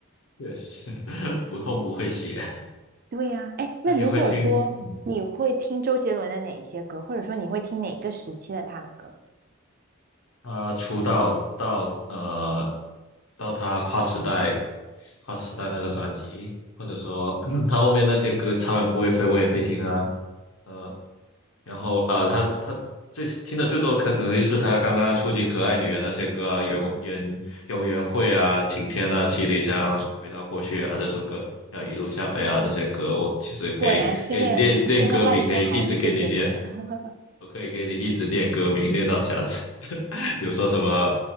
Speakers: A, on the left (about 80°); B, on the right (about 45°).
A: 确实 <laughs> 不痛不会写。
B: 对呀，哎，
A: 那你会听，
B: 那如果说你会听周杰伦的哪一些歌，
A: 嗯，
B: 或者说你会听哪个时期的他的歌？
A: 他出道到呃到他跨时代花时代那个专辑，或者说 <clears throat> 他后面那些歌超人不会飞我也会听啊，呃，然后呃他他最听的最多可能就是他刚刚触及可爱女人那些歌啊，缘缘游园会啊，晴天啊，七里香，回到过去啊这首歌，还有一路向北啊这些歌，我其实可以给你练练歌名，
B: 果然听了听了半天还是这些歌。
A: 可以一直给你练。
B: <laughs>
A: 我可以给你一直念歌名，念到下次。<laughs> 比如说什么